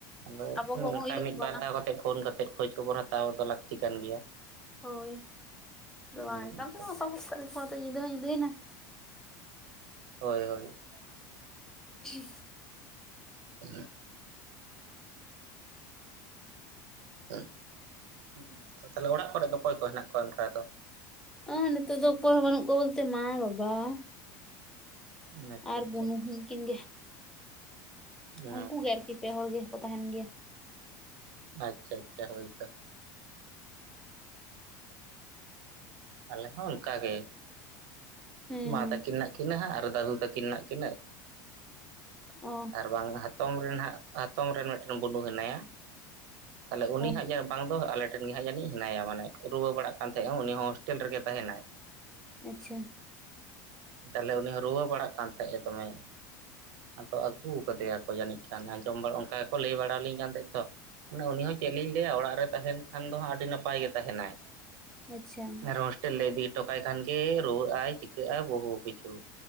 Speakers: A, on the right; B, in the centre.
A: ᱟᱫᱚ
B: ᱟᱵᱚ ᱠᱚ ᱵᱟᱵᱚᱱ
A: ᱚᱱᱠᱟ
B: ᱩᱭᱦᱟᱹᱨ
A: ᱢᱤᱫ
B: ᱠᱚᱣᱟ
A: ᱵᱟᱨ
B: ᱚᱱᱟ
A: ᱫᱷᱟᱣ ᱠᱟᱛᱮ ᱯᱷᱳᱱ ᱠᱟᱛᱮ ᱠᱷᱳᱡ ᱠᱷᱚᱵᱚᱨ ᱦᱟᱛᱼᱼ ᱦᱟᱛᱟᱣ ᱫᱚ ᱞᱟᱠᱛᱤ ᱠᱟᱱ ᱜᱮᱭᱟ ᱾
B: ᱦᱚᱭ, ᱟᱫᱚ
A: ᱦᱩᱸ
B: ᱵᱟᱝ ᱮᱠᱟᱞ ᱛᱮ
A: ᱛᱚ
B: ᱜᱟᱯᱟ ᱥᱤᱛᱟᱜ ᱧᱤᱫᱟᱹ ᱦᱚ ᱧᱤᱫᱟᱹᱭ ᱱᱟ ᱾
A: ᱦᱚᱭ ᱦᱚᱭ ᱾
B: ᱩᱸᱦᱦ ᱾ <unintelligible>
A: ᱚᱱᱟ ᱼᱼ ᱦ <unintelligible> ᱛᱟᱦᱞᱮ ᱚᱲᱟᱜ ᱠᱚᱨᱮ ᱫᱚ ᱚᱠᱚᱭ ᱠᱚ ᱦᱮᱱᱟᱜ ᱠᱚᱣᱟ ᱚᱱᱠᱟ ᱫᱚ?
B: ᱚ ᱱᱤᱛᱚᱜ ᱫᱚ ᱚᱠᱚᱭ ᱦᱚᱸ ᱵᱟᱹᱱᱩᱜ ᱠᱚ ᱵᱳᱞᱛᱮ ᱢᱟ ᱵᱟᱵᱟ ᱾
A: ᱟᱪᱪᱷᱟ
B: ᱟᱨ
A: ᱟᱪᱪᱷᱟ
B: ᱵᱩᱱᱩ ᱩᱱᱠᱤᱱ ᱜᱮ ᱾
A: ᱚ
B: ᱩᱱᱠᱩ ᱜᱮ ᱟᱨᱠᱤ ᱯᱮ ᱦᱚᱲ ᱜᱮ ᱠᱚ ᱛᱟᱦᱮᱱ ᱜᱮᱭᱟ ᱾
A: ᱟᱪᱪᱷᱟ ᱟᱪᱪᱷᱟ ᱦᱳᱭ ᱛᱚ ᱾ ᱟᱞᱮ ᱦᱚᱸ ᱚᱱᱠᱟᱜ ᱜᱮ
B: ᱦᱮᱸ
A: ᱢᱟ
B: ᱦᱮᱸ
A: ᱛᱟᱹᱠᱤᱱ ᱢᱮᱱᱟᱜ ᱤᱱᱟᱹᱦᱟᱜ ᱟᱨ ᱫᱟᱹᱫᱩ ᱛᱟᱠᱤᱱ ᱦᱮᱱᱟᱜ ᱠᱤᱱᱟ
B: ᱚ
A: ᱟᱨ ᱵᱟᱝ ᱦᱟᱛᱚᱢ ᱨᱮᱱᱟᱜ ᱦᱟᱛᱚᱢ ᱨᱮᱱ ᱢᱤᱫᱴᱮᱱ ᱵᱩᱱᱩ ᱦᱮᱱᱟᱭᱟ ᱛᱟᱦᱚᱞᱮ ᱩᱱᱤ
B: ᱚ
A: ᱦᱟᱸᱜ ᱡᱮ ᱵᱟᱝ ᱫᱚ ᱟᱞᱮ ᱴᱷᱮᱱ ᱜᱮ ᱦᱟᱸᱜ ᱡᱟᱹᱱᱤᱡ ᱦᱮᱱᱟᱭᱟ ᱢᱟᱱᱮ ᱨᱩᱣᱟᱹ ᱵᱟᱲᱟᱜ ᱠᱟᱱ ᱛᱟᱸᱦᱮᱸᱜᱼᱟ ᱩᱱᱤ ᱦᱚᱸ ᱦᱳᱥᱴᱮᱞ ᱨᱮᱜᱮ ᱛᱟᱸᱦᱮᱱᱟᱭ ᱾
B: ᱟᱪᱪᱷᱟ ᱾
A: ᱛᱟᱦᱞᱮ ᱩᱱᱤ ᱦᱚᱸ ᱨᱩᱣᱟᱹ ᱵᱟᱲᱟᱜ ᱠᱟᱱ ᱛᱟᱦᱮᱸᱜ ᱮ ᱫᱚᱢᱮ ᱾ ᱟᱫᱚ ᱟᱹᱜᱩ ᱠᱟᱫᱮᱭᱟᱠᱚ ᱡᱟᱹᱱᱤᱡ ᱠᱷᱟᱱ ᱟᱸᱡᱚᱢ ᱵᱟ ᱚᱱᱠᱟ ᱜᱮᱠᱚ ᱞᱮᱭ ᱵᱟᱲᱟᱞᱤᱧ ᱠᱟᱱ ᱛᱟᱸᱦᱮᱸᱜ ᱛᱚ ᱾ ᱢᱟᱱᱮ ᱩᱱᱤ ᱦᱚᱸ ᱪᱮᱫ ᱞᱤᱧ ᱞᱮᱭᱟ ᱚᱲᱟᱜ ᱨᱮ ᱛᱟᱦᱮᱱ ᱠᱷᱟᱱ ᱫᱚ ᱦᱟᱸᱜ ᱟᱹᱰᱤ ᱱᱟᱯᱟᱭ ᱜᱮ ᱛᱟᱸᱦᱮᱱᱟᱭ ᱾
B: ᱟᱪᱪᱷᱟ ᱾
A: ᱦᱳᱥᱴᱮᱞ ᱞᱮ ᱤᱫᱤ ᱦᱚᱴᱚ ᱠᱟᱭ ᱠᱷᱟᱱ ᱜᱮ ᱨᱩᱣᱟᱹᱜ ᱟᱭ ᱪᱤᱠᱟᱹᱜᱼᱟ ᱵᱚᱦᱩ ᱠᱤᱪᱷᱩ ᱾